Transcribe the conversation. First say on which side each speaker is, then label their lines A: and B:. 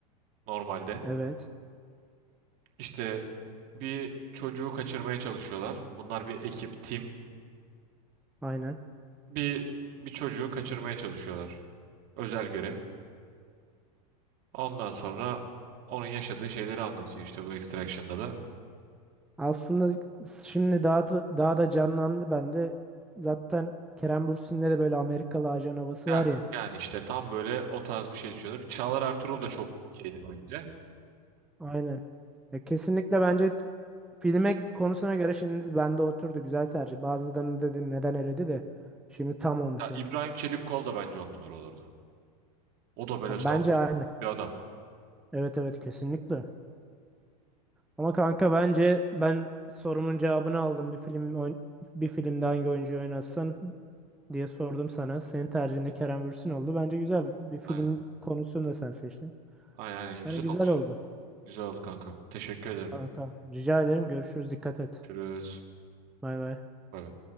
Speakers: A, on the right; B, in the centre.
A: normalde.
B: evet.
A: İşte bir çocuğu kaçırmaya çalışıyorlar. Bunlar bir ekip, tim.
B: Aynen.
A: Bir bir çocuğu kaçırmaya çalışıyorlar. Özel görev. Ondan sonra onun yaşadığı şeyleri anlatıyor işte bu Extraction'da da.
B: Aslında şimdi daha da, daha da canlandı bende. Zaten Kerem Bürsin'de de böyle Amerikalı ajan havası
A: Heh,
B: var ya.
A: yani işte tam böyle o tarz bir şey düşünüyordu. Bir Çağlar Ertuğrul da çok okeydi bence.
B: Aynen. Ya kesinlikle bence filme konusuna göre şimdi bende oturdu. Güzel tercih. Bazılarını dedim neden eledi de. Şimdi tam olmuş
A: Ya
B: yani.
A: İbrahim Çelikkol da bence on numara olurdu. O da böyle
B: Ya
A: saf
B: bence aynen.
A: bir adam.
B: Evet evet kesinlikle. Ama kanka bence ben sorumun cevabını aldım. Bir film oyn- bir filmde hangi oyuncuyu oynasın? diye sordum sana. Senin tercihinde Kerem Bürsin oldu. Bence güzel bir filmin
A: Aynen.
B: konusunu da sen seçtin.
A: Aynen, aynen. Güzel
B: yani güzel
A: oldu.
B: oldu.
A: Güzel oldu kankam. Teşekkür ederim.
B: Kanka, rica ederim. Görüşürüz. Dikkat et.
A: Görüşürüz.
B: Bay bay.
A: Bay bay.